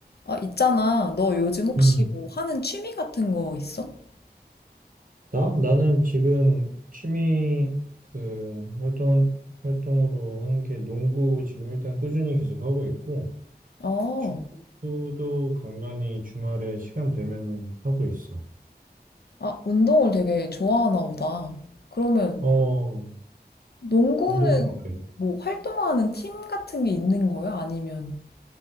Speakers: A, on the left; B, on the right.
A: 아, 있잖아. 너 요즘 혹시
B: 음.
A: 뭐 하는 취미 같은 거 있어?
B: 나? 나는 지금 취미 그 활동, 활동으로 한 게 농구 지금 일단 꾸준히 계속 하고 있고,
A: 어,
B: 축구도 간간히 주말에 시간 되면은 하고 있어.
A: 아, 운동을 되게 좋아하나 보다. 그러면
B: 어,
A: 농구는
B: 운동 좋아해.
A: 뭐 활동하는 팀 같은 게 있는 거야? 아니면